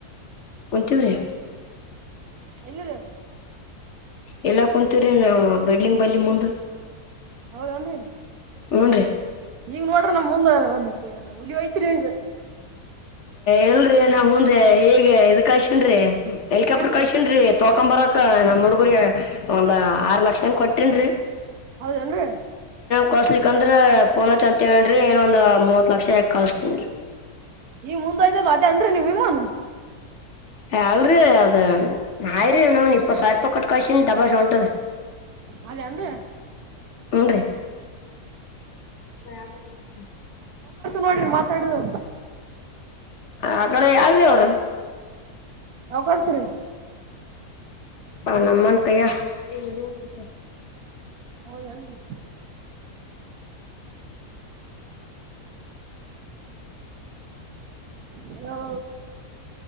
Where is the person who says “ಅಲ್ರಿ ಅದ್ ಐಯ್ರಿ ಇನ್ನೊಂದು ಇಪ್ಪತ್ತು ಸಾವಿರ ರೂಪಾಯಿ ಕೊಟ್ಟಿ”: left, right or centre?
Left